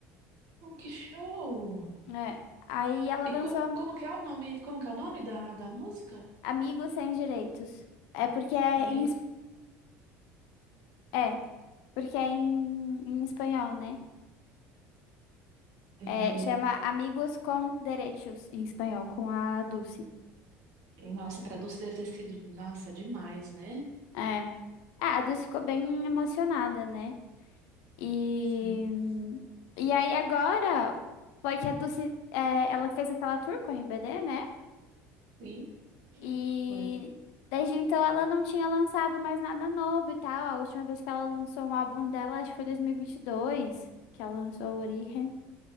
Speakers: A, on the right; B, on the left.
A: que show!
B: É. Aí ela lançou
A: E como, como que é o nome, como que é o nome da, da música?
B: Amigos Sem Direitos. É porque é
A: Amigo,
B: em, es- é, porque é em, em espanhol, né?
A: entendi.
B: É, chama Amigos con Derechos, em espanhol, com a Dulce.
A: Nossa, para Dulce deve ter sido, nossa, demais, né?
B: É. Ah, a Dulce ficou bem emocionada, né? E,
A: Sim.
B: e aí agora foi que a Dulce, é, ela fez aquela tour com a RBD, né?
A: Sim.
B: E
A: Foi.
B: desde então ela não tinha lançado mais nada novo e tal. A última vez que ela lançou um álbum dela, acho que foi 2022, que ela lançou o Origen.